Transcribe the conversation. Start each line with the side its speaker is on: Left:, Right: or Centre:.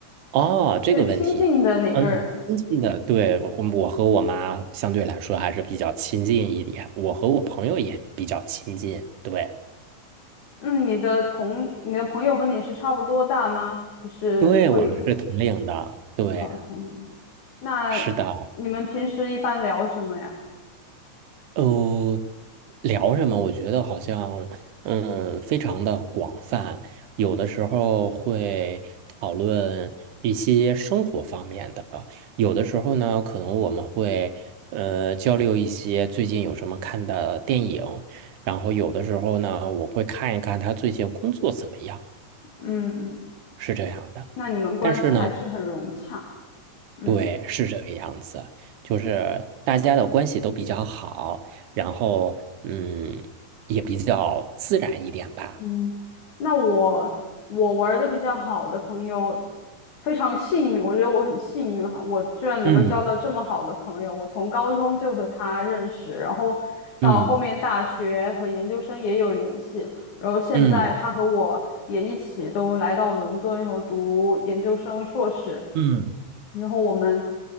Right: 哦，这个问题，
Left: 最亲近的哪个人？
Right: 嗯，亲近的，对，我我和我妈相对来说还是比较亲近一点，我和我朋友也比较亲近，对，
Left: 嗯，你的同你的朋友和你是差不多大吗？还是会有一些
Right: 对，我们是同龄的，对，
Left: 呃同龄的？那你们平时一般聊什么呀？
Right: 是的，呃，聊什么？我觉得好像，嗯，非常的广泛，有的时候会讨论一些生活方面的，有的时候呢，可能我们会，呃，交流一些最近有什么看的电影，然后有的时候呢，我会看一看他最近工作怎么样，
Left: 嗯嗯，
Right: 是这样的。
Left: 那你们关系还是很融洽。
Right: 但是呢，
Left: 嗯
Right: 对，是这个样子，就是大家的关系都比较好，然后嗯，也比较自然一点吧。
Left: 嗯，那我我玩的比较好的朋友非常幸运，我觉得我很幸运哈，我居然能够交到这么好的朋友。
Right: 嗯
Left: 我从高中就和他认识，然后到后面大学和研究生也有联系。
Right: 嗯
Left: 然后现在他和我也一起都来到伦敦，
Right: 嗯
Left: 然后读研究生、硕士。
Right: 嗯
Left: 然后我们